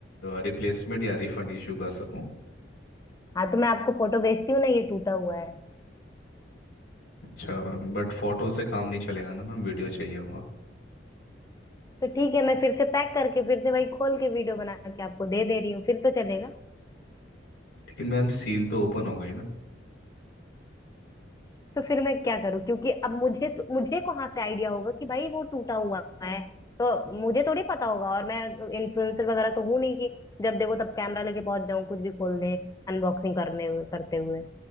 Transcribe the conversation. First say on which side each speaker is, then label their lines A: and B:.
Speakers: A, on the left; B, on the left.
A: रिप्लेसमेंट या रिफंड इशू कर सकूँ
B: हाँ तो मैं आपको फोटो भेजती हूँ ना ये टूटा हुआ है
A: अच्छा मैम बट फोटो से काम नहीं चलेगा ना मैम वीडियो चाहिए होगा
B: तो ठीक है मैं फिर से पैक करके फिर से वही खोल के वीडियो बना के आपको दे दे रही हूँ फिर तो चलेगा
A: लेकिन मैम सील तो ओपन हो गई ना
B: तो फिर मैं क्या करूं क्योंकि अब मुझे तो, मुझे कहाँ से आइडिया होगा कि भाई वो टूटा हुआ है तो मुझे थोड़ी पता होगा और मैं इन्फ्लुएंसर वगैरह तो हूं नहीं कि जब देखो तब कैमरा लेके पहुंच जाऊं कुछ भी खोल दे अनबॉक्सिंग करने हुए करते हुए